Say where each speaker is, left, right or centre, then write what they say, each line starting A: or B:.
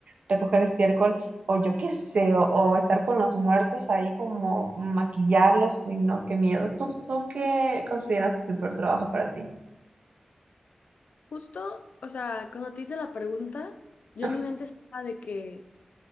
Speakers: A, on the right (about 75°); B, on the left (about 85°).
A: recoger estiércol o yo qué sé, o, o estar con los muertos ahí como maquillarlos, uy, no, qué miedo. ¿Tú, tú qué consideras que es el peor trabajo para ti?
B: Justo, o sea, cuando te hice la pregunta, yo
A: Ah,
B: en mi mente estaba de que,